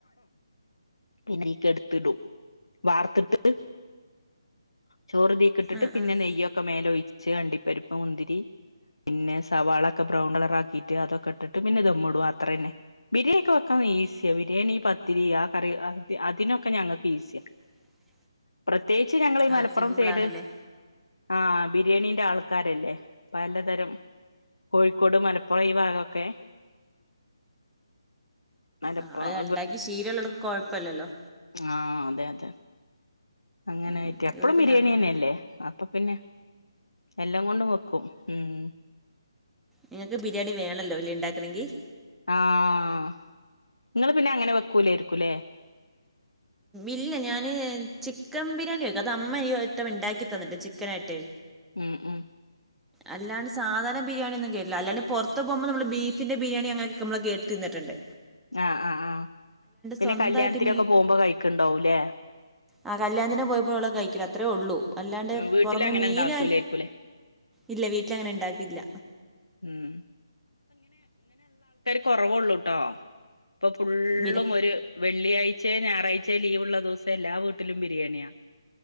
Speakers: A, on the left; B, in the centre.
A: പിന്നീക്ക് എടുത്തിടും വാർത്തെട്ട് ചോറുതീക്ക ഇട്ടിട്ട്
B: ആഹ്
A: പിന്നെ
B: ആഹ്
A: നെയ്യൊക്കെ മേല ഒഴിച്ച് അണ്ടിപ്പരിപ്പ്, മുന്തിരി, പിന്നെ സവാളൊക്കെ ബ്രൗൺ കളറ ആക്കിട്ട് അതൊക്കെ ഇട്ടിട്ട് പിന്നെ ഇത്മ്മിടും അത്ര തന്നെ. ബിരിയാണിയ ഒക്കെ വെക്കാന്ന് ഈസിയാ ബിരിയാണി പത്തിരി ആ കറി അതിനൊക്കെ ഞങ്ങൾക്ക് ഈസിയാ
B: <inaudible>
A: പ്രത്യേകിച്ച് ഞങ്ങീ മലപ്പുറം
B: ആഹ് സിമ്പിളാണല്ലേ
A: സൈഡ് ആഹ ബിരിയാണീന്റെ ആൾക്കാരല്ലേ അപ്പ പലതരം- കോഴിക്കോട് മലപ്പുറം ഈ ഭാഗമൊക്കെ മലപ്പുറം
B: ആഹ് അത് ഉണ്ടാക്കി സീരിയലടക്ക കൊഴപ്പല്ലല്ലോ
A: ആഹ് അതെ അതെ. അങ്ങനായിട്ട്
B: ഉം
A: എപ്പളും
B: ഇവിടെ പിന്നെ
A: ബിരിയാണി
B: അങ്
A: തന്നെയല്ലേ അപ്പൊ പിന്നെ- എല്ലാം കൊണ്ടും വെക്കും ഉം
B: നിങ്ങക്ക് ബിരിയാണി വേണല്ലോ ഇല്ല ഉണ്ടാക്കണമെങ്കി-
A: ആഹ് നിങ്ങള് പിന്നെ അങ്ങനെ വെക്കൂലോയിരിക്കൂല്ലേ
B: ഇല്ല ഞാന് ചിക്കൻ ബിരിയാണി വെക്കും അത് അമ്മ ട്ടം ഉണ്ടാക്കി തന്നിട്ട് ചിക്കനായിട്ടേ
A: ഉം ഉം
B: അല്ലാണ്ട്ാധണ ബിരിയാണിയന്നും കേട്ടില്ലല്ലാണ്ട് പുറത്ത് പോകുമ്പോ നമ്മള് ബീഫിന്റെ ബിരിയാണി അങ്ങനെയൊക്കെ നമ്മള് കേട്ടുതിന്നട്ടുണ്ട്
A: ആഹ് ആഹ് ആഹ് പിന്നെ
B: സ്വന്തമായിട്ട്
A: കല്യാണത്തിനൊക്കെ പോകുമ്പോ കഴിക്കണ്ടാവുംല്ലേ
B: ആഹ് കല്യാണത്തിന് പോുമ്പോഓളെ കഴിക്കില്ല അത്രേ ഉള്ളൂ അല്ലാണ്ട്
A: ഉം വീട്ടിൽ
B: പുറമെ
A: അങ്ങനെ
B: മീന്
A: ഉണ്ടാക്കൂലരിക്കൂലെ
B: ഇല്ല വീട്ടില അങ്ങനെ ഉണ്ടാക്കില്ല
A: ഉം കുറവള്ളൂട്ടോ ഇപ്പൊ ഫുള്ളും
B: ബിരി
A: ഒരു വെള്ളിയാഴ്ച ഴച്ചെ ഞായറാഴ്ചയ ലീവള്ള ദിവസം എല്ലാ വീട്ടിലും ബിരിയാണിയാ